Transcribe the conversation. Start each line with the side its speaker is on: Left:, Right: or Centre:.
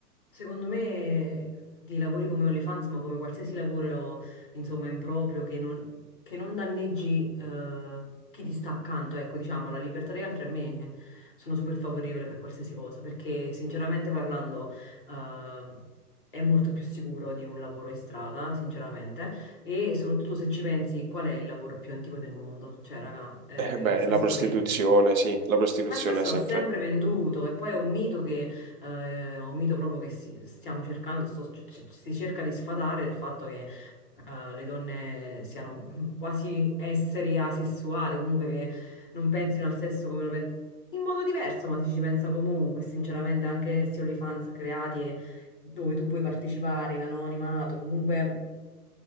Left: Secondo me di lavori come OnlyFans, ma come qualsiasi lavoro, insomma, improprio, che non, che non danneggi eh, chi ti sta accanto, ecco, diciamo, la libertà degli altri a me sono super favorevole per qualsiasi cosa, perché sinceramente parlando ehm, è molto più sicuro di un lavoro in strada, sinceramente, e soprattutto se ci pensi, qual è il lavoro più antico del mondo? Cioè, raga, eh,
Right: Eh beh,
Left: il sesso
Right: la prostituzione,
Left: vende.
Right: sì, la prostituzione
Left: Ma il sesso
Right: è sempre...
Left: ha sempre venduto e poi è un mito che, eh, è un mito proprio che si- stiamo cercando, sto- c- c- si cerca di sfatare il fatto che eh, le donne siano quasi esseri asessuali, o comunque che non pensino al sesso come lo pensano, in modo diverso, ma si ci pensa comunque, sinceramente anche questi OnlyFans creati e dove tu puoi partecipare in anonimato, comunque